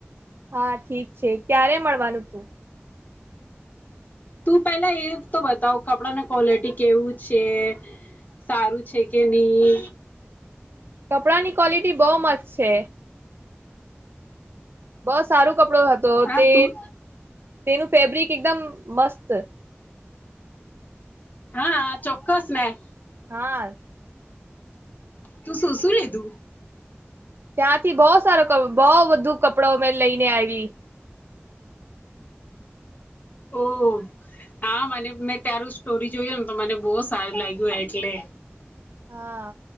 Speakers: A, on the right; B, on the left.
A: હા ઠીક છે ક્યારે મળવાનું તું
B: તું પેલા એ તો બતાવ કપડાને ક્વોલિટી કેવું છે સારું છે કે નહી
A: કપડા ની ક્વોલિટી બહુ મસ્ત છે બસ સારો કપડો હતો
B: હા
A: તે
B: તું
A: તેનું ફેબ્રિક એકદમ મસ્ત
B: હા ચોક્કસ મેન
A: હા
B: તો શું શું લીધું
A: ત્યાંથી બહો સારો બઉ બધો કપડો મેં લઈને આવી
B: ઓ હા મને મેં તારું સ્ટોરી જોયું ને તો મને બહુ સારું લાગ્યું એટલે
A: હા,